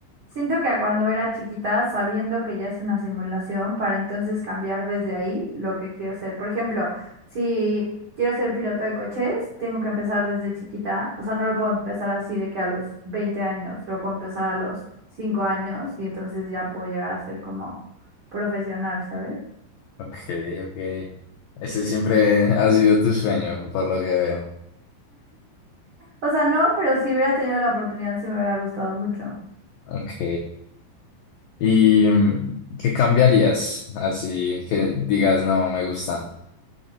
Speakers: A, on the right; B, on the left.
A: siento que cuando era chiquita, sabiendo que ya es una simulación, para entonces cambiar desde ahí lo que quiero ser. Por ejemplo, si quiero ser piloto de coches, tengo que empezar desde chiquita. O sea, no lo puedo empezar así de que a los 20 años, lo puedo empezar a los 5 años y entonces ya puedo llegar a ser como profesional, ¿sabes?
B: Ok, ok. Ese siempre ha sido tu sueño, por lo que veo.
A: O sea, no, pero si hubiera tenido la oportunidad, sí me hubiera gustado mucho.
B: Ok. ¿Y mm, qué cambiarías? Así que digas, no, me gusta.